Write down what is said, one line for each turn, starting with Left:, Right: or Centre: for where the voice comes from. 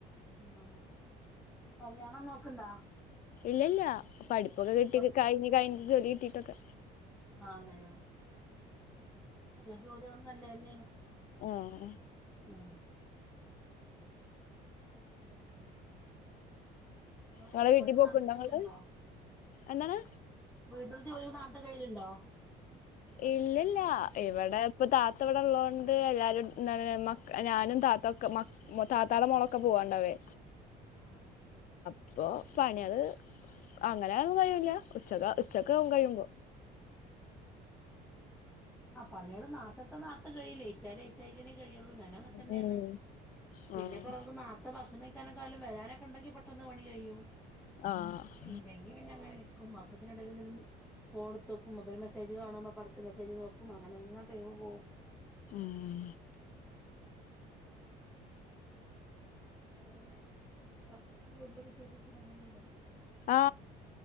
Centre: ഉം കല്യാണം നോക്ക്ണ്ടാ?
Left: ഇല്ലല്ല്യ പഠിപ്പൊക്കെ
Centre: ആഹ്
Left: കിട്ടി്
Centre: പ്പ
Left: കഴിഞ്ഞ് കഴിഞ്ഞ് ജോലി കിട്ടിട്ടൊക്കെ.
Centre: ആ അങ്ങനെ നല്ലൊരു ജോലിയാവണ് നല്ലന്നേണ്
Left: ഉം
Centre: ഉം പിന്നെ ഇങ്ങളെ
Left: നിങ്ങളെ
Centre: വീട്ടിൽ ജോലി ഒക്കെ
Left: പോക്കുണ്ടോ
Centre: നേർത്ത കയ്യലുണ്ടോ?
Left: നിങ്ങള് എന്താണ്
Centre: വീട്ടില് ജോലി നേരത്തെ കയ്യലുണ്ടോ
Left: ഇല്ലല്ല ഇവിടെ ഇപ്പൊ താത്ത ഇവിടെള്ള ണ്ട് എല്ലാരും മക ഞാനും താത്തക്കെ മക താത്താടെ മോളൊക്കെ പോവാ ണ്ടവേ
Centre: ആഹ ആഹ്
Left: പ്പോ പണിയാള് അങ്ങനെണെന്ന് കഴിയൂല. ഉച്ചക്ക ഉച്ചകാവും
Centre: ആഹ് ആഹ്
Left: കഴിയുമ്പോ
Centre: ആ പണികള് നാർത്തെ ട്‌ത്ത നാർത്തെ കഴിയും ലൈറ്റായ ലൈറ്റാ ള്ളൂ ഞാനും അങ്ങ തന്നെയാണ്
Left: ഉം
Centre: പിന്നെപ്പ
Left: ആഹ്
Centre: റ മ്മക്ക് നാർത്തെ ഭ ഭണിക്കനെക്കാലും വരാനൊക്കെ ഉണ്ടെങ്കി പെട്ടന്ന് പണി കഴിയും
Left: ആഹ്
Centre: ഇല്ലെങ്കിൽ പിന്നെ അങ്ങനെ അപ്പതിനിടെും <unintelligible> ഫോൺ എടുതോക്കും അപ്പൊ മെസേജ് കാണുമ്പ അടുത്ത മെസേജ് നോക്കും അങ്ങനെ അങ്ങനെ ടൈംമ് പോകും
Left: ഉം
Centre: പിന്നെ വേറെന്താ വീട്ടിലെ വിശേഷം സുഖല്ലേ
Left: ആ